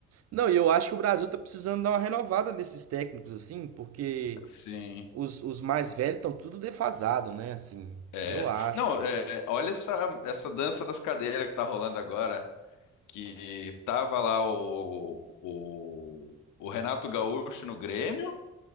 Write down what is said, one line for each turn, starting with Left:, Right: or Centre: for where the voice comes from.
Right: Não, e eu acho que o Brasil tá precisando dar uma renovada nesses técnicos assim, porque
Left: Sim.
Right: os, os mais velhos estão tudo defasado, né? Assim,
Left: É.
Right: eu acho
Left: Não,
Right: assim.
Left: é, olha essa, essa dança das cadeiras que tá rolando agora, que tava lá o, o, o Renato Gaúcho no Grêmio,